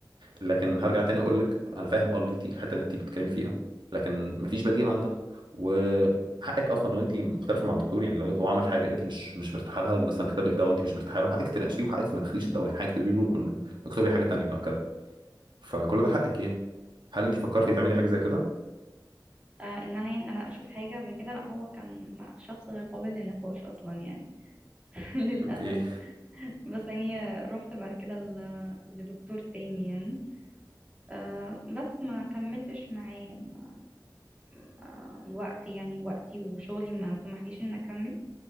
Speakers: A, on the right; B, on the right.
A: لكن هرجع تاني اقول لك انا فاهم اه اللي انت الحته اللي انت بتتكلمي فيها لكن مفيش بديل عن ده وحقك اصلا لو انت مختلفه مع الدكتور يعني لو هو عمل حاجه انت مش مش مرتاحه لها مثلا كتب لك دواء انت مش مرتاحه له حقك تناقشيه وحقك ما تاخديش الدواء يعني حقك تقولي له انه اكتب لي حاجه تانيه او كده فكل ده حقك يعني هل انت فكرتي
B: اه
A: تعملي
B: بس.
A: حاجه زي كده؟
B: آه، ان انا يعني انا اشوف حاجه زي كده لا هو كان لا شخص غير قابل للنقاش اصلا يعني <laughs> للأسف
A: اوكي
B: بس يعني رحت بعد كده ل- لدكتور تاني يعني آه، بس ما كملتش معاه ما- ما- الوقت يعني وقتي وشغلي ما سمحليش ان اكمل